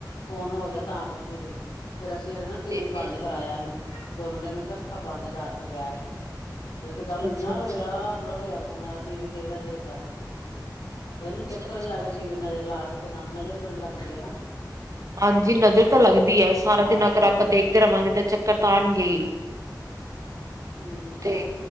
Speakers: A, on the left; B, on the right.
A: ਫੋਨ ਹੋ ਗਿਆ ਤਾਂ ਪੁੱਛਦੀ ਪਈ ਆ ਫੇਰ ਅਸੀਂ ਓਦਾ ਨਾ ਟੀ
B: ਜੀ
A: ਵੀ
B: ਜੀ
A: ਬੰਦ ਕਰਾਇਆ ਉਹਨੂੰ ਦੋ ਮਿੰਟ ਨੂੰੂੰ ਕਿ ਅੱਖਾਂ ਬੰਦ ਕਰਕੇ ਬੈਠ ਇਕ
B: ਅੱਛਾ
A: ਦਮ
B: ਅੱਛਾ
A: ਇੰਨਾ ਰੋਇਆ
B: ਅੱਛਾ।
A: ਬੜਾ ਰੋਇਆ ਫੋਨ ਟੀ ਵੀ ਦੇਖਦਾ ਦੇਖਦਾ। ਪਤਾ ਨੀ
B: ਅੱਛਾ
A: ਚੱਕਰ
B: ਅੱਛਾ
A: ਚ ਆ
B: ਅੱਛਾ।
A: ਗਿਆ ਟੀ ਵੀ ਨਜ਼ਰ ਲਾ ਕੇ ਇਕਦਮ ਨਜ਼ਰ ਬੜੀ ਲੱਗਦੀ ਆ ਨਾ
B: ਹਾਂਜੀ ਨਜ਼ਰ ਤਾਂ ਲੱਗਦੀ ਹੈ ਸਾਰਾ
A: ਹਾਂ।
B: ਦਿਨ ਅਗਰ ਆਪਾਂ ਦੇਖਦੇ ਰਹਾਂਗੇ ਤਾਂ ਚੱਕਰ ਤਾਂ ਆਨ ਗੇ ਹੀ
A: ਹੂੰ
B: ਤੇ